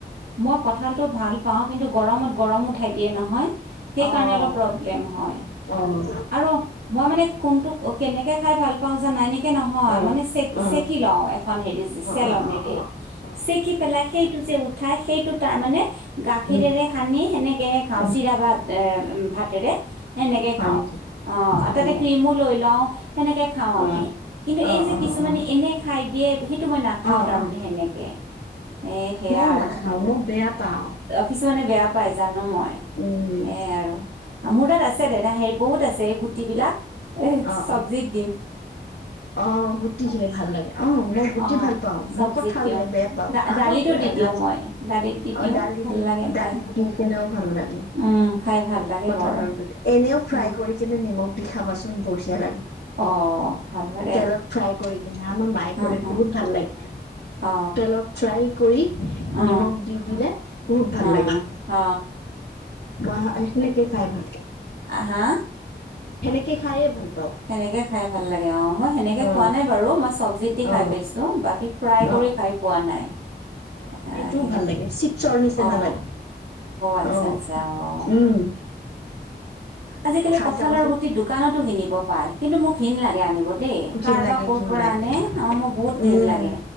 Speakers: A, on the right; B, on the left.
A: মই কঁঠালতটো ভাল পাওঁ কিন্তু গৰমত গৰমত উঠাই দিয়ে নহয় সেই
B: অ',
A: কাৰণে অলপ পৰ্বলেম হয়।
B: অ',
A: আৰু মই মানে কোনটোক কেনেকে। পাউ যা নাইনিক কে নহয়
B: অ'। অ',
A: মানে চেকি
B: অ',
A: চেকি লওঁ এখন হেৰি চেলনেৰে
B: অ', অ', অ', অ',
A: চেকি
B: অ'।
A: পেলাই সেইটো কে যে উঠাই সেইটো তাৰ মানে গাখীৰেৰে
B: উম,
A: সানি সেনেকেহে খাওঁ
B: উম,
A: চিৰা বা ভাতেৰে সেনেকে
B: হয়
A: খাওঁ
B: নেকি
A: অ
B: অ',
A: তাতে ক্ৰীমো লৈ লওঁ সেনেকে খাওঁ আমি
B: অ',
A: কিন্তু
B: অ',
A: এই যে
B: অ', অ',
A: কিছুমানে এনে খাই দিয়ে সেইটো মই নাখাওঁ
B: অ',
A: তাৰমানে
B: অ'।
A: সেনেকে এ সেয়া
B: মইও
A: আৰু
B: নাখাওঁ মই বেয়া পাওঁ
A: কিছুমানে বেয়া পাই জানোঁ মই
B: উম,
A: এ আৰু মোৰ তাত আছে দাদা হেই বহুত আছে এই গুটি বিলাক এ
B: অ',
A: চবজিত।
B: অ'। অ গুটি সেই ভাল লাগে আহ মই গুটি
A: অ
B: ভাল পাওঁ
A: চব্জিত
B: মই কঠালহে
A: দিওঁ
B: বেয়া পাওঁ
A: দা দালিতো
B: আগৰ পৰাই
A: দি দিওঁ
B: ন
A: মই দালিত দি
B: আৰু
A: দিওঁ
B: দালি
A: ভাল
B: দি
A: লাগে খাই
B: দালি দি কিনেও ভাল লাগে।
A: উম খাই ভাল লাগে
B: কঁঠালৰ
A: বৰ
B: এনেও
A: অ
B: ফ্ৰাই কৰি কিনে নিমখ দি খাবাচোন বঢ়িয়া লাগে।
A: অ ভাল লাগে
B: তেলত ফ্ৰাই কৰি কিনে আমাৰ মায়ে
A: অ
B: কৰি
A: অ
B: বহুত ভাল লাগে
A: অ
B: তেলত ফ্ৰাই কৰি।
A: অ
B: নিমখ দি দিলে বহুত ভাল
A: অ
B: লাগে।
A: অ
B: বা সেনেকে খাই ভালকে।
A: আহ হা
B: সেনেকে খায়ে ভাল। পাওঁ
A: সেনেকে খাই ভাল লাগে অ মই সেনেকে
B: অ
A: খোৱা নাই বাৰু মই। চব্জিত খাই
B: অ
A: পাইছোঁ বাকী ফ্ৰাই কৰি
B: অ অ
A: খাই পোৱা নাই।
B: অ
A: আহ
B: সেইটোও
A: সেয়া
B: ভাল লাগে। চৰ নিচিনা
A: অ
B: লাগে
A: আচ্ছা
B: অ
A: আচ্ছা অ',
B: উম
A: আজিকালি
B: খাই
A: কঁঠালৰ
B: চাবাচোন
A: গুটি দোকানতো কিনিব পাই কিন্তু মোক ঘিণ লাগে আনিব দেই
B: ঘিন
A: কাৰ
B: লাগে
A: বা ক'
B: ঘিন
A: পৰা
B: লাগে
A: মানে অ মোৰ বহুত ঘিন
B: উম
A: লাগে